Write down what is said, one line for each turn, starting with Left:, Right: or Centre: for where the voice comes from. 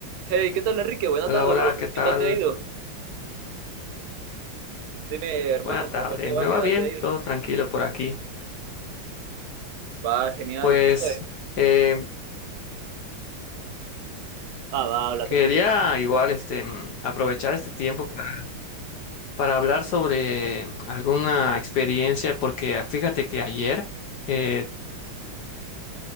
Right: Hey, ¿qué tal, Enrique? Buena
Left: Hola,
Right: tarde,
Left: hola,
Right: bro.
Left: ¿qué tal?
Right: ¿Qué tal te ha ido? Dime, hermano,
Left: Buena tarde.
Right: ¿qué tal te va?
Left: ¿Me va
Right: ¿Qué tal
Left: bien?
Right: te ha ido?
Left: Todo tranquilo por aquí.
Right: Va, genial.
Left: Pues
Right: Joder.
Left: eh,
Right: Ah, va, habla,
Left: quería
Right: te escucho.
Left: igual este, mm, aprovechar este tiempo para, para hablar sobre alguna experiencia, porque fíjate que ayer eh,